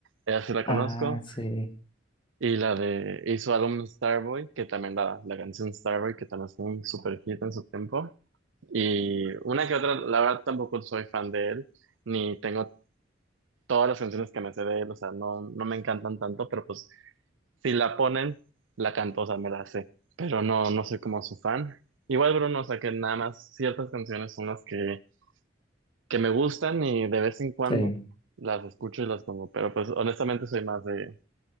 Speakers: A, on the right (about 80°); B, on the left (about 25°).
A: ella sí la
B: ah,
A: conozco,
B: sí,
A: y la de, y su álbum Starboy, que también la, la canción Starboy, que también fue un super hit en su tiempo, y una que otra, la verdad tampoco soy fan de él, ni tengo todas las canciones que me sé de él, o sea, no, no me encantan tanto, pero pues si la ponen, la canto, o sea, me la sé, pero no, no soy como su fan. Igual Bruno, o sea, que nada más ciertas canciones son las que, que me gustan y de vez en cuando
B: sí.
A: las escucho y las pongo, pero pues honestamente soy más de,